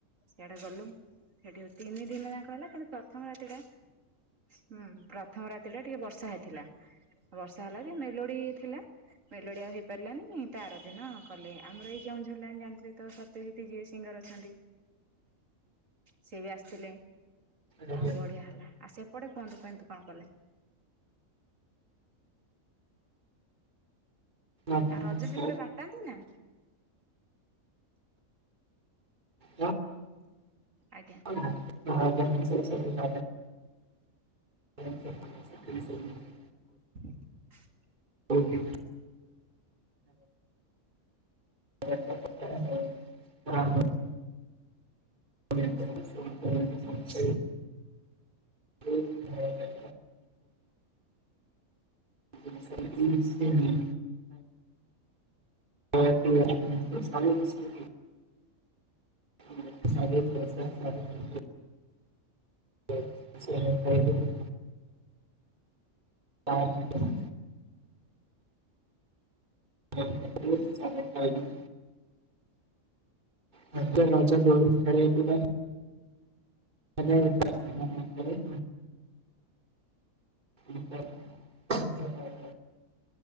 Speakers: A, on the right; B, on the right.
A: ସିଆଡେ ଗଲୁ। ହେଠି ତିନି ଦିନ ଯାକ ହେଲା କିନ୍ତୁ ପ୍ରଥମ ରାତିଟା ହୁଁ ପ୍ରଥମ ରାତିରେ ଟିକେ ବର୍ଷା ହେଇଥିଲା ବର୍ଷା ହେଲା ଯେ ମେଲୋଡି ଥିଲା ମେଲୋଡି ଆଉ ହେଇପ ପାରିଲାନି ତା ଆର ଦିନ କଲେ। ଆମର ଏଇ କେଉଁଝର ଲାଇନ୍ ଜାଣିଥିବେ ତ ସତ୍ୟଯିତ୍ ଯିଏ ସିଙ୍ଗର ଅଛନ୍ତି ସେ ବି ଆସିଥିଲେ
B: ଆଜ୍ଞା
A: ଆଉ ବଢିଆ ହେଲା। ଆଉ ସେପଟେ କୁହନ୍ତୁ କେମିତି କଣ କଲେ?
B: ଆଜ୍ଞା
A: ଆଉ ରଜ ସେପଟେ ବାଟାନ୍ତି ନା?
B: ଆ
A: ଆଜ୍ଞା।
B: <unintelligible>
A: <inaudible>
B: ଓକେ <unintelligible> ରାଣ୍ଡ <unintelligible> ଫୋନ୍ କରିକି ସମସ୍ତେ <unintelligible> କାମ ସାରିକି ଆସିବି। <unintelligible> ସମିତି <unintelligible> ବହୁତ ସମୟ ରହିଲିଣି। ତାରି ଭିତରେ ଯାଉଚି ଗାଧେଇବି କିଛି ସମୟ ପରେ ଖାଇବି। ଆ ତ ରଜ ଦୋଳି <unintelligible> ହଜାର <unintelligible> ପରେ <inaudible>